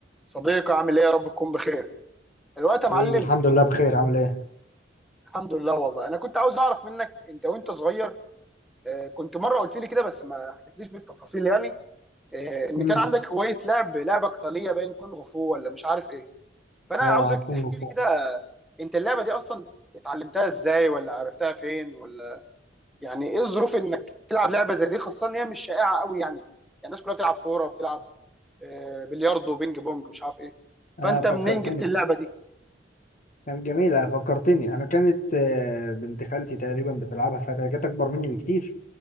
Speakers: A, in the centre; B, on the left (about 45°).
A: صديقي عامل ايه يا رب تكون بخير الوقت
B: حبيبي
A: يا معلم
B: الحمد لله بخير عامل ايه
A: الحمد لله والله انا كنت عاوز اعرف منك انت وانت صغير آه، كنت مره قلت لي كده بس ما حكيتليش بالتفاصيل يعني آه، ان
B: امم
A: كان عندك هوايه لعب لعبه قتاليه باين كونغ فو ولا مش عارف ايه فانا
B: اه
A: عاوزك
B: هتكون
A: تحكي
B: مبسوط
A: لي كده انت اللعبه دي اصلا اتعلمتها ازاي ولا عرفتها فين ولا يعني ايه الظروف انك تلعب لعبه زي دي خاصه ان هي مش شائعه قوي يعني يعني الناس كلها بتلعب كوره بتلعب آه، بلياردو بينج بونج مش عارف ايه
B: اه
A: فانت
B: فكرتني
A: منين جبت اللعبه دي
B: كانت جميله فكرتني انا كانت آه، بنت خالتي تقريبا بتلعبها ساعتها هي كانت اكبر مني بكتير